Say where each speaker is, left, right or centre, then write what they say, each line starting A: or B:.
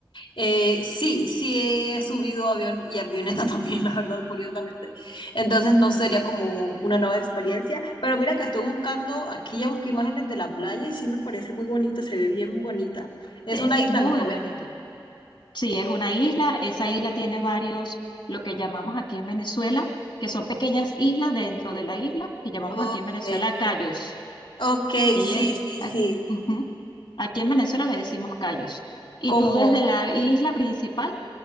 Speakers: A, on the left (about 85°); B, on the left (about 70°).
A: Eh, sí, sí he subido avión y avioneta <laughs> también, la verdad, curiosamente. Entonces no sería como una nueva experiencia. Pero mira que estoy buscando, aquí ya busqué imágenes de la playa y sí me parece muy bonita, se ve bien bonita. Es
B: Es
A: una isla,
B: muy
A: me comenta.
B: bonita. Sí, es una isla. Esa isla tiene varios, lo que llamamos aquí en Venezuela, que son pequeñas islas dentro de la isla, que llamamos
A: Ok,
B: aquí en Venezuela cayos.
A: ok,
B: Ella,
A: sí, sí,
B: a-
A: sí.
B: ujú. Aquí en Venezuela le decimos cayos. Y
A: Como,
B: tú desde la isla principal